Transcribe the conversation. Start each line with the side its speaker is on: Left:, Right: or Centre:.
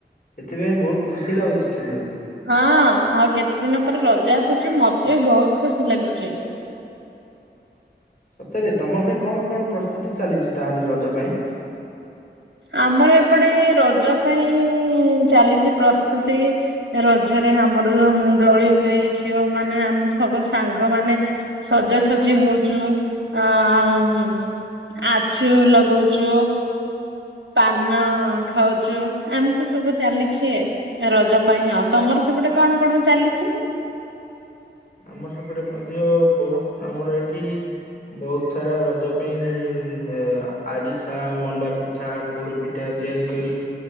Left: ସେଥିପାଇଁ ବହୁତ ଖୁସି ଲାଗୁଛି କିନ୍ତୁ।
Right: ହଁ ଆଉ କେତେ ଦିନ ପରେ ରଜ ଆସୁଛି ମତେ ବି ବହୁତ ଖୁସି ଲାଗୁଛି।
Left: ସତରେ ତମ ଘରେ କଣ କଣ ପ୍ରସ୍ତୁତି ଚାଲିଛି ତାହେଲେ ରଜ ପାଇଁ?
Right: ଆମର ଏପଟେ ରଜ ପାଇଁ ଚାଲିଛି ପ୍ରସ୍ତୁତି ରଜରେ ଆମର ଅ ଦୋଳି ହୁଏ ଝିଅ ମାନେ ଆମେ ସବୁ ସାଙ୍ଗମାନେ ସଜାସଜି ହଉଚୁ ଆଁ ଉଁ ଆଚୁ ଲଗଉଚୁ। ପାନ ଖାଉଚୁ ଏମିତି ସବୁ ଚାଲିଚି। ରଜ ପାଇଁ ଆଉ ତମର ସେପଟେ କଣ କଣ ଚାଲିଚି।
Left: ଆମର ସେପଟେ ମଧ୍ୟ ବହୁତ ଆମର ଏଠି ବହୁତ ସାରା ରଜ ପାଇଁ ଅ ଆରିସା ମଣ୍ଡା ପି ଠା ପୋଡ ପିଠା ତିଆରି କରି